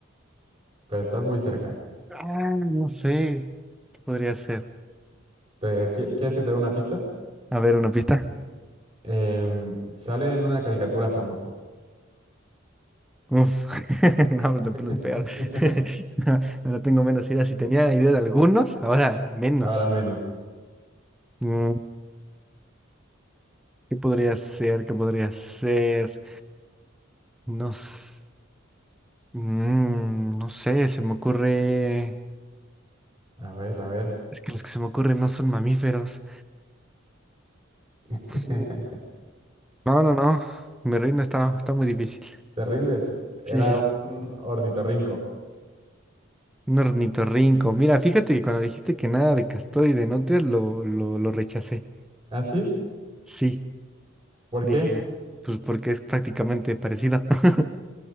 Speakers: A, on the right (about 30°); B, in the centre.
A: Pero estás muy cerca.
B: Ah, no sé. ¿Qué podría ser?
A: ¿Te, qui- quieres que te dé una pista?
B: A ver, una pista.
A: Em, sale en una caricatura famosa.
B: Uf, <laughs> no, pues la
A: <laughs>
B: pones peor. <laughs> Ahora tengo menos ideas. Si tenía idea de algunos, ahora menos.
A: Ahora menos.
B: Mm, ¿Qué podría ser? ¿Qué podría ser? No, s- mm, no sé, se me ocurre.
A: A ver, a ver.
B: Es que los que se me ocurren no son mamíferos.
A: <laughs>
B: Mm, No, no, no. Mi reino está, está muy difícil.
A: ¿Te rindes? Era
B: Sí, sí,
A: un
B: sí.
A: ornitorrinco.
B: Un ornitorrinco. Mira, fíjate que cuando dijiste que nada de castor y de nutrias, lo, lo, lo rechacé.
A: ¿Ah, sí?
B: Sí,
A: ¿Por
B: dije,
A: qué?
B: pues porque es prácticamente parecido. <laughs>